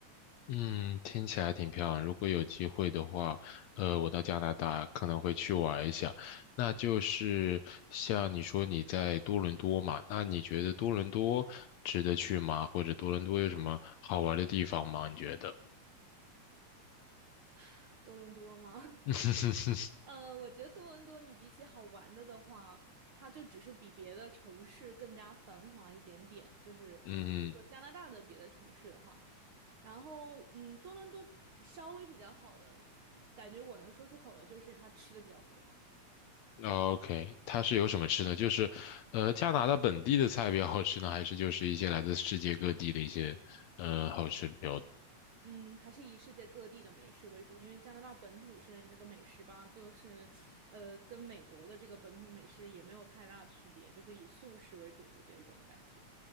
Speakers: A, on the left (about 75°); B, on the right (about 60°).
A: 嗯，听起来挺漂亮。如果有机会的话，呃，我到加拿大可能会去玩一下。那就是像你说你在多伦多嘛，那你觉得多伦多值得去吗？或者多伦多有什么好玩的地方吗？你觉得？
B: <sighs> 多伦多吗？<laughs>
A: <laughs>
B: 呃，我觉得多伦多，你比起好玩的的话，它就只是比别的城市更加繁华一点点，就是或者说加拿大的别的城市的话，
A: 嗯
B: 然后嗯，多伦多稍微比较好的，我感觉我能说出口的就是它吃的比较多吧，
A: OK，它是有什么吃的？就是，呃，加拿大本地的菜比较好吃呢，还是就是一些来自世界各地的一些，嗯，好吃比较？
B: 嗯，还是以世界各地的美食为主，因为加拿大本土是那个美食吧，就是呃，跟美国的这个本土美食也没有太大区别，就是以素食为主的这种感觉。